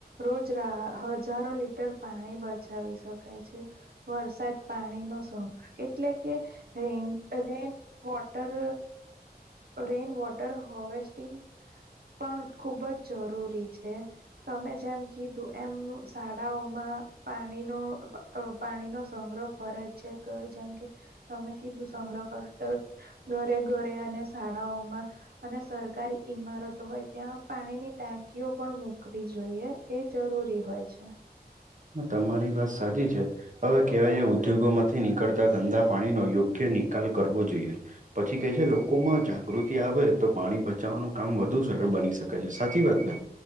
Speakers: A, on the right; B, on the right.
A: રોજ રા હજારો લીટર પાણી બચાવી શકાય છે. વરસાદ પાણી નો <unintelligible> એટલે કે rain rain water rain water harvesting પણ ખુબ જ જરૂરી છે તમે જેમ કીધું એમ શા ળા ઓમાં પાણીનો પાણી નો સંગ્રહ ફરજિયાત જેમ કે તમે કીધું સંગ્રહ <unintelligible> ઘરે ઘરે અને શાળાઓમાં અને સરકારી ઈમારતો હોય ત્યાં પાણીની ટાંકીઓ પણ મૂકવી જોઈએ. તે જરૂરી હોય છે.
B: તમારી વાત સાચી છે. હવે કહેવાય એવું કે ઉદ્યોગોમાંથી નીકળતા ગંદા પાણીનો યોગ્ય નિકાલ કરવો જોઈએ. પછી કે છે લોકોમાં જાગૃતિ આવે તો પાણી બચાવવાનું કામ વધુ સરળ બની શકે છે સાચી વાત ને